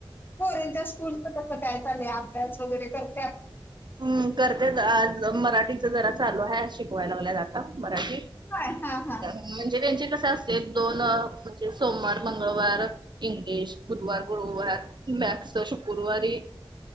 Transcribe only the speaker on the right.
हम् करतेच आ मराठीच जरा चालू आहे शिकवायला लागल्या जात मराठी
म्हणजे त्यांचे कसे असते दोन म्हणजे सोमवार मंगळवार इंग्लिश बुधवार गुरुवार मॅक्स शुकुरवारी